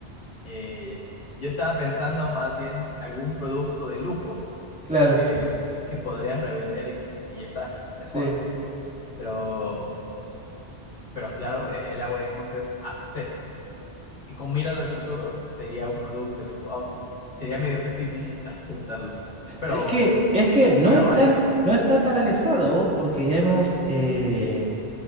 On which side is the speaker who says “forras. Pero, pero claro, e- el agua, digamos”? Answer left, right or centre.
Left